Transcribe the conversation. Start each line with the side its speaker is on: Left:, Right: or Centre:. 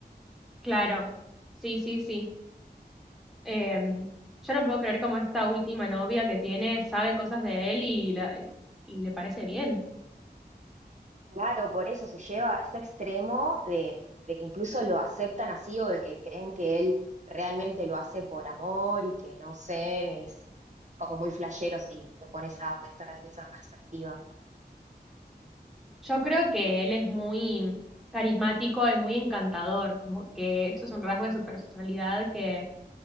Centre: claro. Sí, sí, sí. Eh, yo no puedo creer cómo esta última novia que tiene sabe cosas de él y, la- y le parece bien.
Right: Claro, por eso se lleva a ese extremo de, de que incluso lo aceptan así o de que creen que él realmente lo hace por amor y que no sé, es como muy flashero si te pones a pensar desde esa perspectiva.
Centre: Yo creo que él es muy carismático y muy encantador, como que eso es un rasgo de su personalidad que